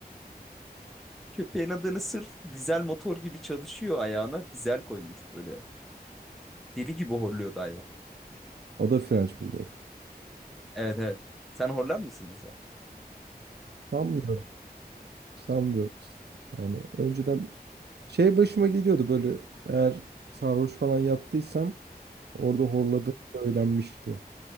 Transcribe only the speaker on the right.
O da French Bulldog.
Sanmıyorum. Sanmıyorum. Yani önceden şey başıma geliyordu böyle eğer sarhoş falan yaptıysam orada horladığım söylenmişti.